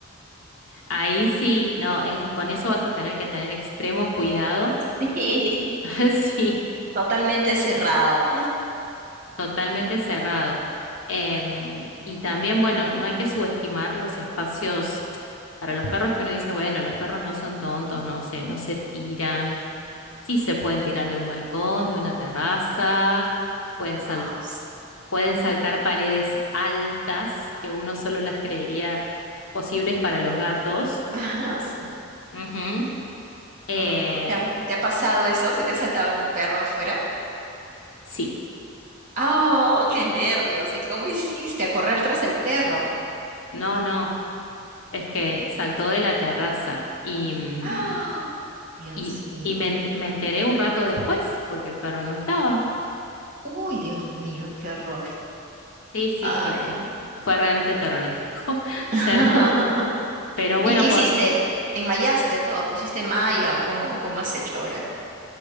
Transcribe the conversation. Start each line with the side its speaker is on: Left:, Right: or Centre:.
Left: ahí sí, no, es- con eso vas a tener que tener extremo cuidado.
Right: <laughs>
Left: <laughs> Sí,
Right: Totalmente cerrado.
Left: Totalmente cerrado. Em, y también, bueno, no hay que subestimar los espacios para los perros que uno dice, bueno, los perros no son tontos, no se, no se tiran. Sí se pueden tirar de un balcón, de una terraza, pueden
Right: Wow.
Left: sal- pueden saltar paredes altas que uno solo las creería posibles para los gatos.
Right: Ah, su-
Left: Ujú. Eh,
Right: Wow. ¿Te ha, te ha pasado eso? ¿Se te ha saltado algún perro afuera?
Left: sí,
Right: ¡Oh, qué nervios! ¿Y cómo hiciste a correr tras el perro?
Left: no, no, es que saltó de la terraza y... mm,
Right: ¡Ah! Dios
Left: Y,
Right: mío.
Left: y me, ent- me enteré un rato después porque el perro no estaba.
Right: Uy, Dios mío, qué horror.
Left: Sí, sí,
Right: Ay.
Left: sí, sí. Fue realmente terrorífico. <laughs>
Right: <laughs>
Left: Ter- Pero bueno,
Right: ¿Y qué hiciste?
Left: por...
Right: ¿Enmayaste todo? ¿Pusiste malla o cómo, cómo has hecho ahora?